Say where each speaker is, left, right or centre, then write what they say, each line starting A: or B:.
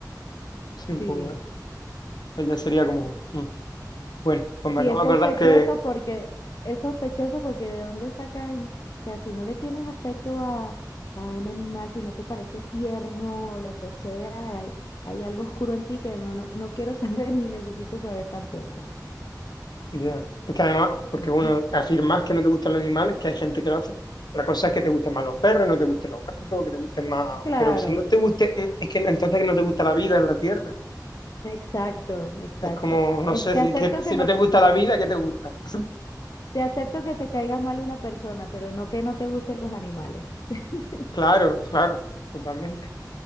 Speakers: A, on the left; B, on the left.
A: soy un
B: sí.
A: poco gato. O sea, ya sería como. mm. Bueno, pues
B: Sí,
A: me acabo
B: es
A: de
B: sospechoso
A: acordar que,
B: porque, es sospechoso porque de dónde sacan, o sea, si no le tienes afecto a, a un animal, si no te parece tierno o lo que sea, hay, hay algo oscuro en ti que no, no, no quiero saber <laughs> ni necesito saber tampoco.
A: ya, es que además, porque
B: <laughs>
A: uno afirmas que no te gustan los animales, que hay gente que lo hace, otra cosa es que te gusten más los perros, no te gusten los gatos, que te gusten más,
B: Claro,
A: pero si no te guste, es que entonces no te gusta la vida en la tierra,
B: exacto, exacto.
A: es como, no
B: Es-
A: sé,
B: te
A: si,
B: acepto
A: que, si
B: que no,
A: no te gusta la vida, ¿qué te gusta? <laughs>
B: te acepto que te caiga mal una persona, pero no que no te gusten los animales, <laughs>
A: Claro, claro, totalmente.